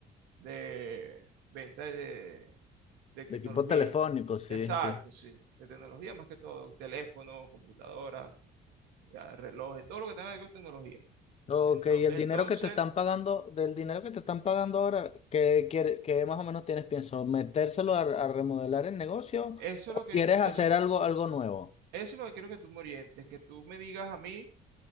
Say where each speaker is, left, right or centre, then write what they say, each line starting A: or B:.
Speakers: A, on the right; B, on the left.
A: De venta de, de tecnología.
B: de equipo telefónico, sí,
A: Exacto,
B: sí.
A: sí. De tecnología más que todo, teléfonos, computadoras, ya, relojes, todo lo que tenga que ver con tecnología.
B: Ok,
A: Ento-
B: y el
A: Entonces,
B: dinero que te están pagando, del dinero que te están pagando ahora, ¿qué, quiere- qué más o menos tienes pienso? ¿Metérselo a, a remodelar el negocio
A: eso
B: o
A: es lo que,
B: quieres
A: eso,
B: hacer algo, algo nuevo?
A: Eso es lo que quiero que tú me orientes, que tú me digas a mí,